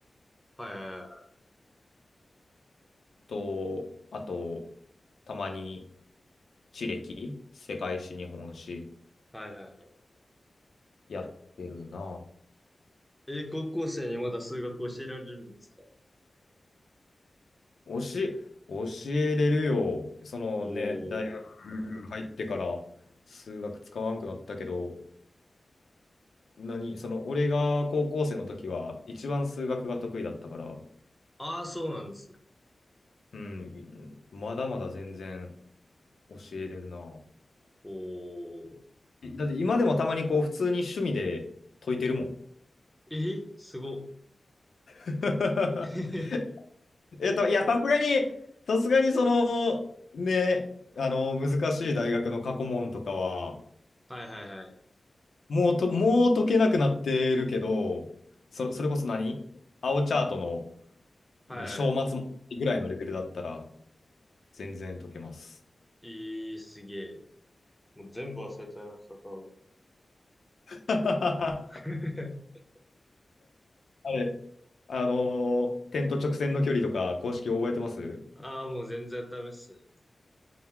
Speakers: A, in the centre; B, on the left (about 70°).
A: はいはいは
B: と、あと、たまに地歴、世界史、日本史
A: い。はいはいはい。
B: やってるな。
A: え、高校生にまだ数学教えられるんですか
B: 教え、教えれるよ。そのね、
A: おー。
B: 大学入ってから数学使わんくなったけど、何、その俺が高校生の時は一番数学が得意だったから、
A: ああ、そうなんですね。
B: うん、まだまだ全然教えれるな。
A: おー。
B: だって今でもたまにこう普通に趣味で解いてるもん。
A: えすごっ。
B: <laughs>
A: <laughs>
B: えっと、いや、さすがに、さすがにその、ね、あの、難しい大学の過去問とかは、
A: はいはいはい。
B: もうと、もう解けなくなってるけど、そ、それこそ何青チャートの、
A: はいはい。
B: ね、章末問題ぐらいのレベルだったら全然解けます。
A: いい、すげえ。もう全部忘れちゃいました、多分。
B: <laughs> あ
A: <laughs>
B: れ、あのー点と直線の距離とか公式覚えてます
A: ああ、もう全然ダメっすね。もう